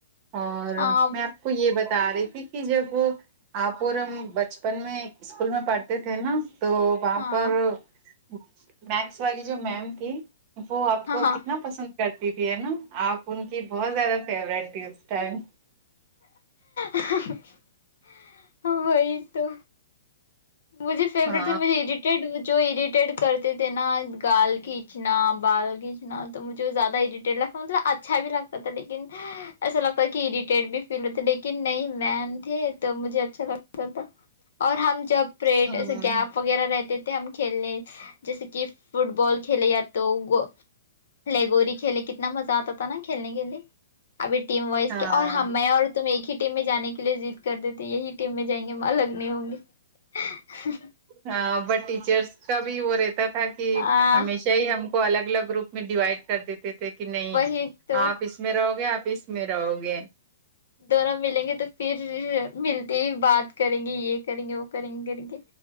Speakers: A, on the right (about 35°); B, on the left (about 70°).
A: اور
B: ہاں
A: میں آپ کو یہ بتا تعریفی کی جب وہ آپ اور ہم بچپن میں اسکول میں پڑھتے تھے نا تو وہاں
B: ہاں
A: پر متس والی جو میم تھی وہ آپ
B: ہاں
A: کو
B: ہاں
A: کتنا پسند کرتی تھی ہے نا آپ ان کی بہت زیادہ فیورٹ تھی اس ٹائم
B: <inaudible> ہ وہئی ک دو مجھے فیورٹ
A: ہاں
B: مجھے اریٹیڈ جو اریٹیڈ کرتے تھے نا گال کھینچنا بال کھینچنا تو مجھے زیادہ اریٹیڈ لگتا مطلب اچھا بھی لگتا تھا لیکن ایسا لگتا کہ اریٹیڈ بھی فیل ہوتے لیکن نہیں مم تھے تو مجھے اچھا لگتا تھا اور ہم جب پریڈے
A: ہاں
B: گیپ وغیرہ رہتے ہم کھیلنے جیسے کہ فٹ بال کھیلے ا تو لیگوری کھیلے کتنا مزہ آتا تھا نا کھیلنے کے لیے ابھی ٹیم وائز
A: ہاں
B: کے اور ہم میں اور تم ایک ہی ٹیم میں جانے کے لیے ضد کر دیتے یہی ٹیم میں جائیں گے ماں لگ نہیں ہوں گے <inaudible>
A: ہاں ب ٹیچرس کا بھی ہو رہے تھا کہ
B: ہاں
A: ہمیشہ ہی ہم کو الگ الگ روپ میں ڈیوائڈ کر دیتے تھے کہ نہیں
B: وہی تو
A: آپ اس میں رہو گے آپ اس میں رہو گے
B: دونوں ملیں گے تو پھر ملتے ہی بعد کریں گے یہ کریں گے وہ کریں گے کریں گے